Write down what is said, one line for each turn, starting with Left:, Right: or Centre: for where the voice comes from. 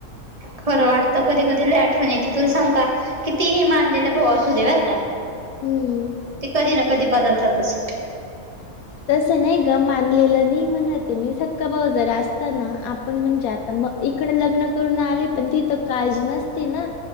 Right: खरं वाटतं. कधी- कधी लई आठवण येते. तुला सांगु का? कितीही मानलेला भाऊ असू दे, बर का.
Left: हम्म
Right: ते कधी ना, कधी बदलतातच.
Left: तसं नाही गं. मानलेलं नाही म्हणते मी. सक्का भाऊ जरा असता ना, आपण म्हणजे आता म इकडं लग्न करून आले, पण तिथं काळजी नसते नं.